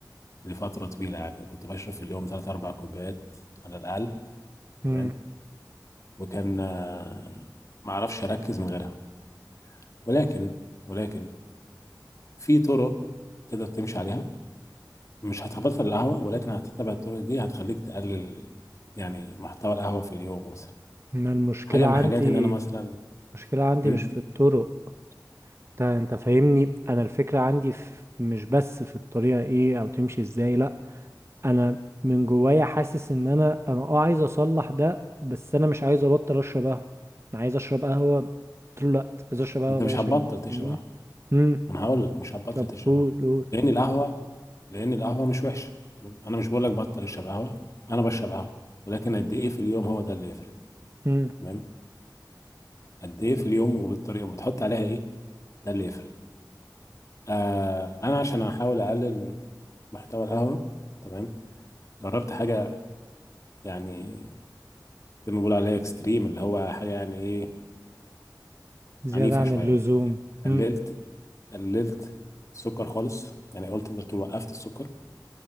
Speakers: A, on the left; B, on the right.
A: لفتره طويله يعني كنت بشرب في اليوم 3 4 كوبايات على الاقل
B: مم.
A: تمام وكان آه، ما اعرفش اركز من غيرها ولكن ولكن في طرق تقدر تمشي عليها مش هتبطل القهوة ولكن هتتبع الطرق دي هتخليك تقلل يعني محتوى القهوة في اليوم مثلا
B: انا المشكله
A: حاجة
B: عندي
A: من الحاجات إن أنا مثلا
B: المشكله عندي
A: مم؟
B: مش في الطرق انت انت فاهمني انا الفكره عندي في مش بس في الطريقه ايه او تمشي ازاي لا انا من جوايا حاسس ان انا انا اه عايز اصلح ده بس انا مش عايز ابطل اشرب قهوه انا عايز اشرب قهوه طول الوقت عايز اشرب قهوه
A: أنت
B: باي
A: مش
B: شكل
A: هتبطل تشرب
B: فاهمني؟
A: قهوة
B: امم
A: ما أنا هقول لك مش هتبطل
B: طب
A: تشرب
B: قول
A: قهوة
B: قول
A: لأن القهوة لأن القهوة مش وحشة تمام أنا مش بقول لك بطل اشرب قهوة أنا بشرب قهوة ولكن قد إيه في اليوم هو ده اللي يفرق
B: امم
A: تمام قد إيه في اليوم وبالطريقة وبتحط عليها إيه ده اللي يفرق آه أنا عشان أحاول أقلل محتوى القهوة تمام جربت حاجة يعني زي ما بيقول عليها اكستريم اللي هو حاجة يعني ايه
B: زياده
A: عنيفة
B: عن
A: شوية
B: اللزوم امم
A: قللت قللت السكر خالص يعني قلت تقدر تقول وقفت السكر